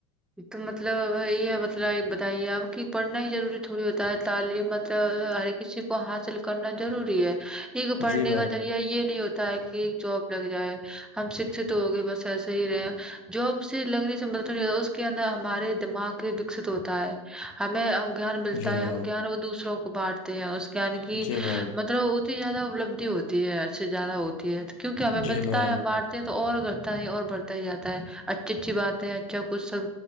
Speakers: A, in the centre; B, on the left.
A: تو مطلب یہ ہے مطلب بتائیے آپ کہ پڑھنا ہی ضروری تھوڑی ہوتا ہے تعلیم تو ہر کسی کو حاصل کرنا ضروری ہے ایک پڑھنے
B: جی میم
A: کا ذریعہ یہ نہیں ہوتا ہے کہ ایک جاب لگ جائے ہم شکھت ہو گے بس ایسا صحیح ہے جاب سے لگنے سے مدطلب نہیں ہوتا اس کے اندر ہمارے دماغ وکست ہوتا ہے ہمیں ا گان ملتا
B: جی میم
A: ہے ہم گان وہ دوسروں کو بانٹتے ہیں اس جان کی
B: جی میم
A: مطلب زیادہ اپلبدھی ہوتی ہے اچ سے زیادہ ہوتی ہے کیونکہ ہمیں
B: جی
A: ملتا
B: میم
A: ہےار تو اور کرتا ہے اور بڑھ جاتا ہے اچھی اچھی بات ہے اچھا کچھ سب